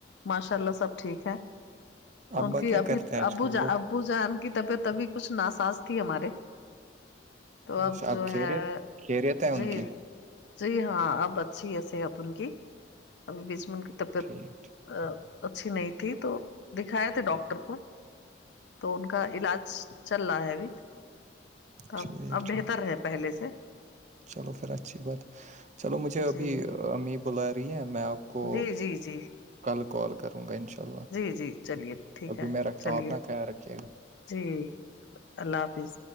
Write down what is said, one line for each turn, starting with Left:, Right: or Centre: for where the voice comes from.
Left: ماشاء اللہ سب ٹھیک ہے
Right: ابا
Left: ان کی
Right: کیا
Left: ابھی
Right: کرتے ہیں آج
Left: ابو
Right: کل
Left: ج
Right: وہ
Left: ابو جان کی طبیعت ابھی کچھ ناساز تھی ہمارے تو اب
Right: اچھا
Left: جو
Right: آپ
Left: ہے
Right: خیریت خیریت ہے
Left: جی
Right: ان کی
Left: جی ہاں اب اچھی ہے س اب ان کی ابھی بیچ میں ان کی طبیعت
Right: ٹھیک
Left: اچھی نہیں تھی تو دکھایا تھے ڈاکٹر کو تو ان کا علاج چل رہا ہے ابھی
Right: ٹھیک
Left: اب اب
Right: ٹھیک
Left: بہتر ہے پہلے سے
Right: چلو پھر اچھی بات چلو مجھے ابھی
Left: جی
Right: امی بلا رہی ہے میں آپ کو
Left: جی جی جی
Right: کل کال کروں گا انشاء اللہ
Left: جی جی چلیے ٹھیک
Right: ابھی
Left: ہے
Right: میں رکھتا
Left: چلیے
Right: ہوں اپنا خیال رکھیے گا
Left: جی اللہ حافظ